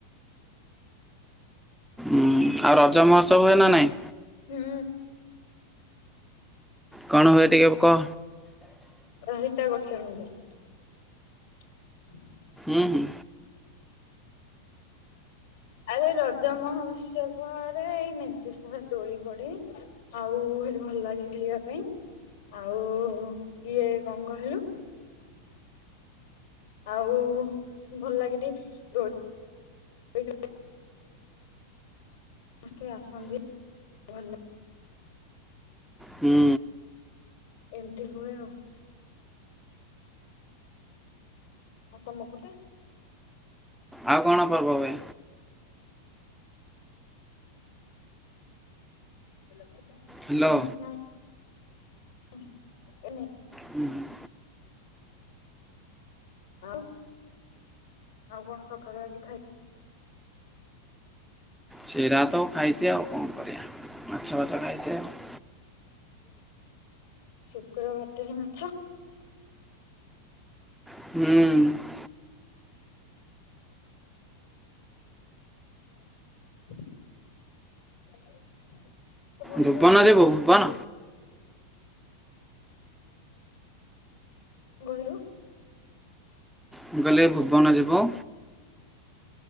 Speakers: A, in the centre; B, on the left.
A: ଉଁ ଆଉ ରଜ ମହୋତ୍ସବ ହୁଏ ନା ନାଇଁ?
B: ହୁଁ।
A: କଣ ହୁଏ ଟିକେ କହ।
B: ଅ ହିତ <unintelligible> <inaudible>
A: ଉ ହୁଁ।
B: ଆରେ ରଜ ମହୋତ୍ସବରେ ଏଇ ମେଚେ ସାର ଦୋଳି ପଡେ ଆଉ ସେଠି ଭଲ ଲାଗେ ଖେଳିବା ପାଇଁ। ଆଉ ଇଏ କଣ କହିଲୁ? ଆଉ ଭଲ ଲାଗେ ଟିକେ ଦୋଳ <unintelligible> ସମସ୍ତେ ଆସନ୍ତି। ଭଲ
A: ହୁଁ
B: ଏମିତି ହୁଏ ଆଉ। ହଁ ତମ ପଟେ?
A: ଆଉ କଣ ପର୍ବ ଭ
B: ହୁଁ
A: ହ୍ୟାଲୋ
B: ନାଇଁ। ହଁ ହବନି।
A: ହୁଁ ହୁଁ।
B: ଆଉ ଆଉ କଣ ସକାଳୁ ଆଜି ଖାଇ
A: ସେରାତ ଖାଇଛି ଆଉ କଣ କରିଆ ମାଛ ଫାଛ ଖାଇଛେ ଆଉ।
B: ଶୁକ୍ରବାରଟାରେ ମାଛ?
A: ହୁଁ।
B: <inaudible> <unintelligible>
A: ଭୁବନ ଯିବୁ ଭୁବନ
B: ବହିଲୁ।
A: ମୁ ଗଲେ ଏ ଭୁବନ ଯିବ।